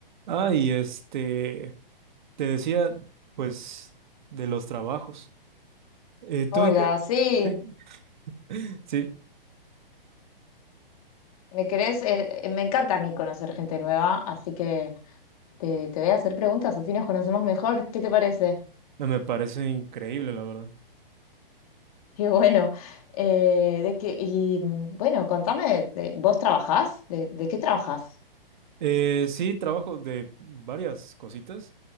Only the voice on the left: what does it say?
Hola,
sí,
me querés, eh, eh, me encanta a mí conocer gente nueva, así que te, te voy a hacer preguntas, así nos conocemos mejor. ¿Qué te parece?
<laughs> Qué bueno. Eh, de que, y mm, bueno, contame, de- ¿vos trabajás? ¿De, de qué trabajás?